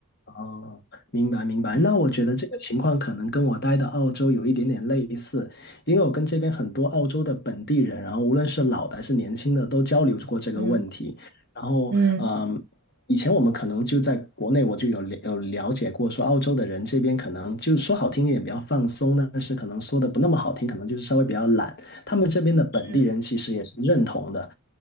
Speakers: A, on the left; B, on the right.
A: 哦，明白明白。
B: 嗯
A: 那我觉得这个情况可能跟我待的澳洲有一点点类似，因为我跟这边很多澳洲的本地人，然后无论是老的还是年轻的，都交流过这个问题。
B: 嗯
A: 然后，
B: 嗯
A: 嗯，以前我们可能就在国内，我就有了有了解过，说澳洲的人这边可能就说好听一点比较放松，但是可能说的不那么好听，可能就是稍微比较懒。他们这边的本地人其实也是认同的。
B: 嗯，